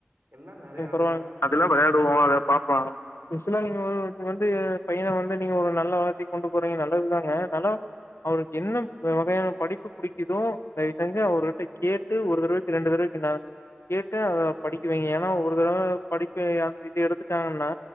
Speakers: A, on the right; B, on the left.
A: எல்லா நறையா அது
B: போலாங்க அதெல்லா விளையாடுவா அத பாப்பா யூஷ்ல்லா நீங்க வந்து பையனை வந்து நீங்க ஒரு நல்ல வளர்ச்சிக்கு கொண்டு போறீங்க நல்லதுதாங்க இருந்தாலு அவுருக்கு என்ன வகையான படிப்பு புடிக்குதோ தயவுசெஞ்சு அவருகிட்ட கேட் டு ஒரு தடவைக்கு ரெண்டு தடவைக்கு ந கேட்டு அத படிக் க வைங்க ஏன்னா ஒரு தடவை படிப்பு இது எடுத்துட்டாங்கன்னா